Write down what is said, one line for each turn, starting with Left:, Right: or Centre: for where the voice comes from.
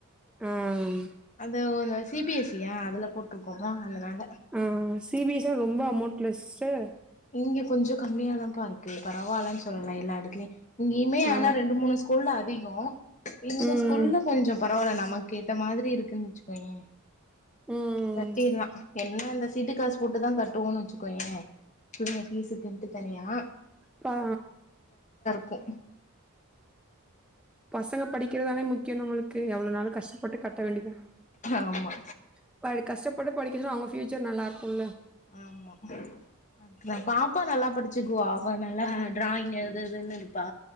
Centre: ஆ ம்
Left: அது ஒரு சி பி எஸ் சி யா அதுல போட்ருக்கோ <unintelligible>
Centre: ம் சி பி எஸ் சி னா ரொம்ப அமௌண்ட்ல சிஸ் ட
Left: இங்க கொஞ்சொ கம்மியா தாம்ப்பா இருக்கு பரவால்லன் சொல்வே எல்லா எடத்ல இங்கியுமே
Centre: ஆ
Left: ஆனா ரெண்டு மூணு ஸ்கூல்ல அதிகோ இந்த
Centre: ம்
Left: ஸ்கூல்ல கொஞ்சொ பரவால்ல நமக்கேத்த மாதிரி இருக்குன் வச்சுக்கோயே
Centre: ம்
Left: கட்டிற்லா என்ன இந்த சீட்டு காசு போட்டுதா கட்டுவோன் வச்சுக்கோயே பிள்ளைங்க ஃபீஸுக்குன்ட்டு தனியா
Centre: ப அ
Left: க்கு
Centre: பசங்க படிக்கிறதானே முக்கியொ நம்மளுக்கு எவ்ளொனாலு கஷ்டப்பட்டு கட் ட வேண்டிதா
Left: ஆமா
Centre: இப்ப அது கஷ்டப் பட்டு படிக்க வச்சனா அவுங்க ஃப்யூச்சர் நல்லாருக்குல்ல
Left: ஆமா அதுதா பாப்பா நல்லா படிச்சுக்குவா அவ நல்லா டிராயிங் அது இதுன்னு இரு ப்பா